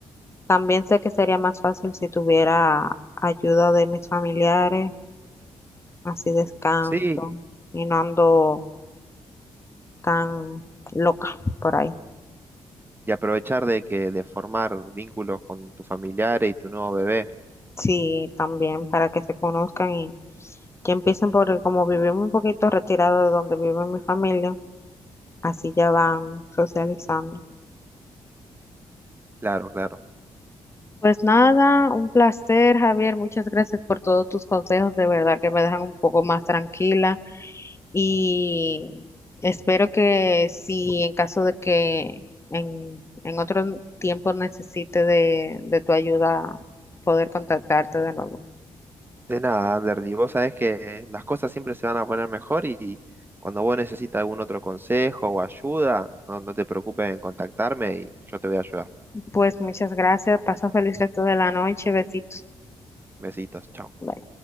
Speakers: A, on the left; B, on the right.
A: también sé que sería más fácil si tuviera ayuda de mis familiares, así descanso
B: Sí,
A: y no ando tan loca por ahí.
B: y aprovechar de que de formar vínculos con tus familiares y tu nuevo bebé.
A: Sí, también para que se conozcan y que empiecen por, el- como vivimos un poquito retirado de donde vive mi familia, así ya van socializando.
B: Claro, claro.
A: Pues nada, un placer, Javier. Muchas gracias por todos tus consejos. De verdad que me dejan un poco más tranquila y espero que si en caso de que en, en otro tiempo necesite de, de tu ayuda, poder contactarte de nuevo.
B: De nada, Ander, y vos sabés que las cosas siempre se van a poner mejor y cuando vos necesitas algún otro consejo o ayuda, no, no te preocupes en contactarme y yo te voy a ayudar.
A: Pues muchas gracias. Pasa feliz resto de la noche. Besitos.
B: Besitos, chao.
A: Bye.